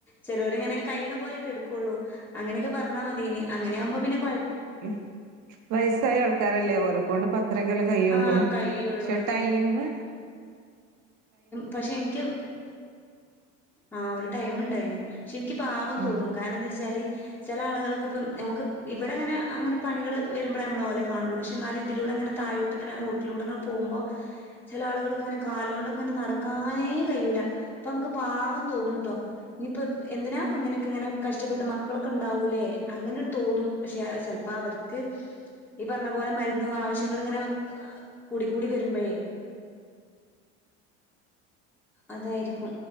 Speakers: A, in the centre; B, on the right (about 55°).
A: ചെലോരിങ്ങനെ കഴിയുന്ന പോലൊക്കെയേ എടുക്കൂള്ളു അങ്ങനെക്കെ പറഞ്ഞാ മതി ഇനി അങ്ങനെ ആവുമ്പൊ അപ്പൊ പിന്നെ കുഴ
B: ഉം വയ സായ ആൾക്കാരല്ലെ ഓരെക്കൊണ്ട് പ ത്രെക്കെല്ലെ കയുള്ളു.
A: ആഹ് കഴിയുള്ളൂ
B: ഷേട്ടായീന്ന്
A: പഷെ എനിക്ക് ആ ഒരു ടൈമുണ്ട് അയ്ന് പക്ഷേ എനിക്ക് പാവം
B: ഉം
A: തോന്നും കാരണം എന്തച്ചാല് ചെല ആളുകളൊക്കെ ഇപ്പൊ ഞമക്ക് ഇവിടങ്ങനെ അങ്ങനെ പണികള് വെരുമ്പളെ നമ്മള് ഓലെ കാണുള്ളു പഷേ എന്നാല് ഇതിലൂടങ്ങനെ തായോട്ടിങ്ങനെ റോട്ടലൂടങ്ങനെ പോവുമ്പൊ ചെല ആളുകളൊക്കെ ഇങ്ങനെ കാല് കൊണ്ട് ഇങ്ങനെ നടക്കാനേ കയൂല. അപ്പൊ നമ്മക്ക് പാവം തോന്നുട്ടോ. ഇനിപ്പൊ എന്തിനാപ്പങ്ങനിക്കങ്ങനെ കഷ്ടപ്പെട്ട് മക്കളൊക്കെണ്ടാവൂലേ. അങ്ങനൊരു തോന്നും. പഷേ അ ചെലപ്പം അവർക്ക് ഈ പറഞ്ഞപോലെ മരുന്നും ആവശ്യങ്ങളും ഇങ്ങനെ കൂടിക്കൂടി വരുമ്പോഴേ അതായിരിക്കും